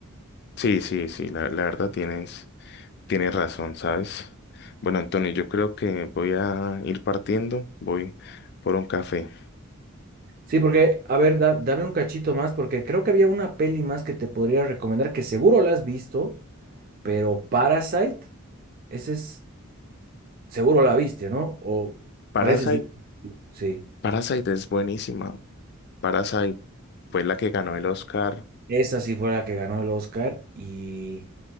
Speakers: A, on the left; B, on the right.
A: Sí, sí, sí, la, la verdad tienes, tienes razón, ¿sabes? Bueno, Antonio, yo creo que voy a ir partiendo, voy por un café.
B: Sí, porque, a ver, da- dame un cachito más, porque creo que había una peli más que te podría recomendar, que seguro la has visto, pero Parasite, ese es, seguro la viste, ¿no? O
A: Parasite,
B: pareces de... Sí,
A: Parasite es buenísima. Parasite fue la que ganó el Oscar
B: esa sí fue la que ganó el Oscar y